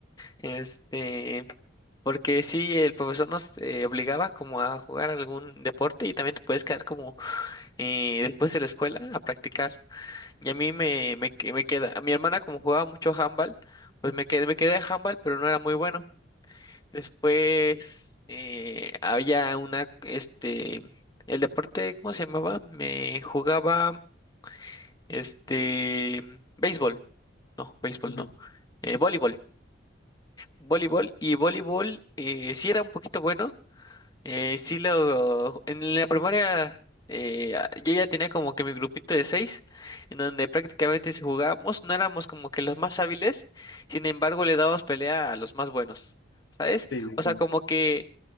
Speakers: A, on the left; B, on the left.
A: este, porque sí el profesor nos eh, obligaba como a jugar algún deporte y también te puedes quedar como eh, después de la escuela a practicar. Y a mí me, me, que- me queda, a mi hermana como jugaba mucho handball, pues me quedé, me quedé a handball, pero no era muy bueno. Después eh, había una, este, el deporte, ¿cómo se llamaba? Me jugaba, este, béisbol, no, béisbol
B: Ujú,
A: no,
B: ujú.
A: eh, voleibol, voleibol y voleibol eh, sí era un poquito bueno, Eh, sí, lo, en la primaria eh, a- yo ya tenía como que mi grupito de seis, en donde prácticamente si jugábamos no éramos como que los más hábiles, sin embargo le dábamos pelea a los más buenos, ¿sabes?
B: Sí, sí,
A: O
B: sí.
A: sea, como que